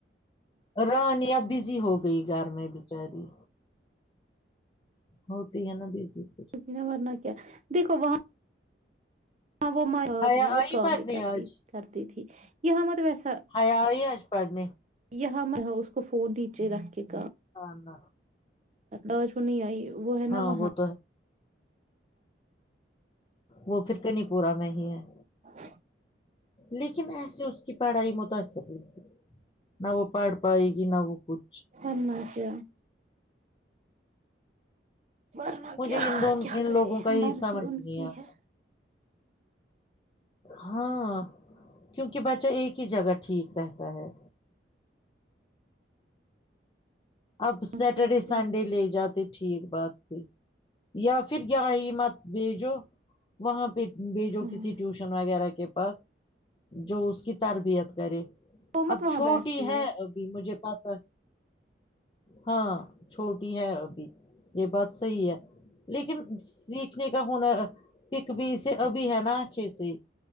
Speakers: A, on the left (about 25°); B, on the right (about 40°).
A: را نی اب بزی ہو گئی گھر میں بچاری ہوتی ہے نا بزی پھر
B: جینا مرنا کیا دیکھو وہاں ہاں وہ مات
A: حیا
B: میں
A: آئی
B: اور کام
A: پڑھنے
B: بھی کرتی
A: آج
B: کرتی تھی یہاں مت ویسا
A: یا ہی آج پڑھنے
B: یہاں میں اس کو فور نیچے رکھ کے کہا
A: آنا
B: اج وہ نہیں آئی وہ ہے
A: ہاں
B: نا وہاں
A: وہ تو ہے وہ پھرک نہیں پورا میں ہی ہے
B: ہاں
A: لیکن ایسے اس کی پڑھائی متاثر ہوئی تھی نہ وہ پڑ پاائے گی نا کچ
B: <unintelligible> ورنہ
A: مجھے
B: کیا
A: ان دونوں
B: کیا
A: ان
B: کرے
A: لوگوں کا یہ
B: مرضی
A: سمجھ
B: ان
A: نہیں
B: کی
A: آتا
B: ہے
A: ہاں کیونکہ بچہ ایک ہی جگہ ٹھیک رہتا ہے اب سیٹرڈے
B: سچ
A: سنڈے
B: ہے
A: لے جاتے ہیں ٹھیک بات تھی یا پھر یہ ہی مت بھیجو وہاں پہ ب جو
B: ہاں
A: کسی ٹیوشن وغیرہ کے پاس جو اس کی تربیت کرے
B: وہ مت
A: اب
B: وہاں
A: چھوٹی
B: بیٹھتی
A: ہے ابھی مجھے پتا ہاں چھوٹی ہے ابھی یہ بات صحی ہے لیکن سیکھنے کا ہونا پک بھی ابھی ہے نا اچھے سے